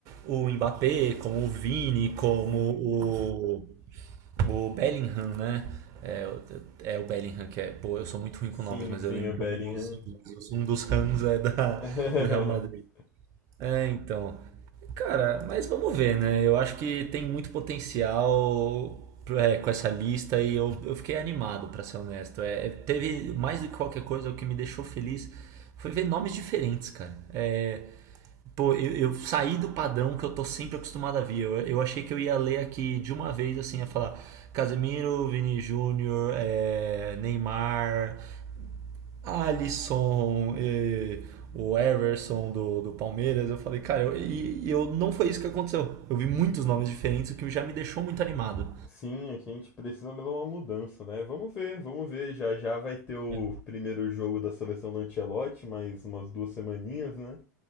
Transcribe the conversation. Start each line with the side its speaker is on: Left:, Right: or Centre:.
Right: o Mbappé, como o Vini, como
Left: sim.
Right: o O Bellingham, né? É, o- é o Bellingham que é. Pô, eu sou muito ruim
Left: Sim,
Right: com nomes, mas
Left: sim,
Right: eu lembro
Left: o Bellingham.
Right: que um dos, um dos Rams é da,
Left: <laughs>
Right: do Real Madrid. É, então. Cara, mas vamos ver, né? Eu acho que tem muito potencial é, com essa lista e eu, eu fiquei animado, pra ser honesto. É, é, teve mais do que qualquer coisa, o que me deixou feliz foi ver nomes diferentes, cara. É, pô, eu, eu saí do padrão que eu tô sempre acostumado a ver. Eu, eu achei que eu ia ler aqui de uma vez, assim, ia falar Casemiro, Vini Júnior, é, Neymar, Alisson, e o Everson do, do Palmeiras. Eu falei, cara, eu, e, eu não foi isso que aconteceu. Eu vi muitos nomes diferentes, o que já me deixou muito animado.
Left: Sim, aqui a gente precisa mesmo uma mudança, né? Vamos ver, vamos ver. Já já vai ter o
Right: né?
Left: primeiro jogo da seleção do Ancelotti, mais umas duas semaninhas, né?